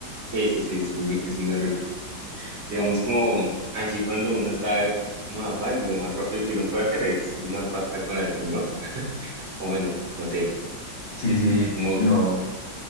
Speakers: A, on the right; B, on the left.
A: sí, sí, sí, es es muy rico. Digamos como así cuando uno está como en afán, lo más rápido que uno puede hacer es una pasta con atún, ¿no? O bueno, no sé,
B: Sí, sí,
A: como
B: no.